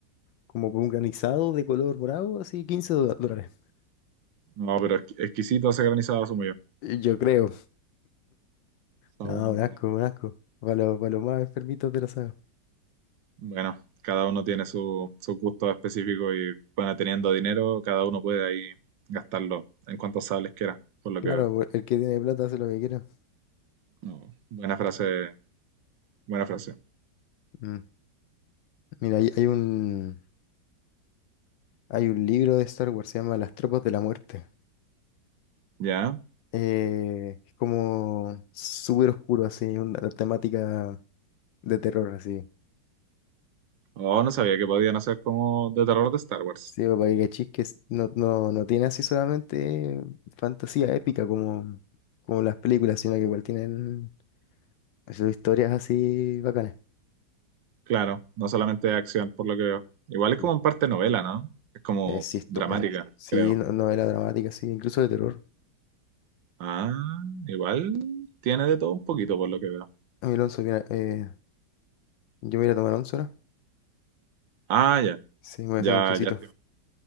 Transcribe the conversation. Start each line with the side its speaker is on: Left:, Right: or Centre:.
Left: como por un granizado de color morado, así 15 do- dólares.
Right: No, pero exqui- exquisito ese granizado asumo yo.
Left: Yo creo.
Right: Sabor
Left: No,
Right: morado.
Left: un asco, un asco. Para los, para los más enfermitos de la saga.
Right: Bueno, cada uno tiene su, su gusto específico y bueno, teniendo dinero, cada uno puede ahí gastarlo en cuantos sables quiera, por lo
Left: Claro,
Right: que veo.
Left: pues, el que tiene plata hace lo que quiera.
Right: No. Buena frase, buena frase.
Left: Mm. Mira, hay, hay un, hay un libro de Star Wars, se llama Las Tropas de la Muerte.
Right: ¿Ya?
Left: Eh, es como súper oscuro, así, una temática. De terror, así.
Right: Oh, no sabía que podían hacer como de terror de Star Wars.
Left: Sí, porque Gachis que es- no, no, no tiene así solamente fantasía épica como, como las películas, sino que igual tienen sus historias así bacanas.
Right: Claro, no solamente de acción, por lo que veo. Igual es
Left: Mm.
Right: como en parte novela, ¿no? Es como
Left: Eh, sí, esto,
Right: dramática,
Left: es, sí,
Right: creo.
Left: no- novela dramática, sí, incluso de terror.
Right: Ah, igual tiene de todo un poquito, por lo que veo.
Left: Ay, Alonso, mira, eh, yo me voy a tomar once ahora.
Right: Ah, ya,
Left: Sí, me voy a
Right: ya,
Left: hacer un tecito.
Right: ya